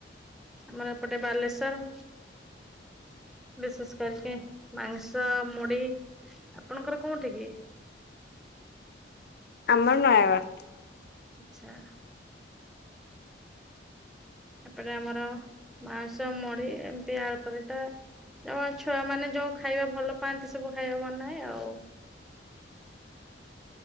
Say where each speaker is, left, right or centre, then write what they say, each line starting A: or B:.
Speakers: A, in the centre; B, on the left (about 55°).
A: ଆମର ଏପଟେ ବାଲେଶ୍ଵର
B: ହ
A: ବିଶେଷ କରିକି ମାଂସ ମୁଢ଼ି ଆପଣଙ୍କର କୋଉଁଠି କି?
B: ଆମର ନୟାଗଡ଼।
A: ଆଛା। ଏପଟେ ଆମର ମାଉଁସ ମୁଢ଼ି ଏମିତି ଆଳୁ ପରଟା ଛୁଆ ମାନେ ଯୋଉଁ ଖାଇବା ଭଲ ପାଆନ୍ତି ସବୁ ଖାଇବା ବନାଏ ଆଉ।
B: <unintelligible>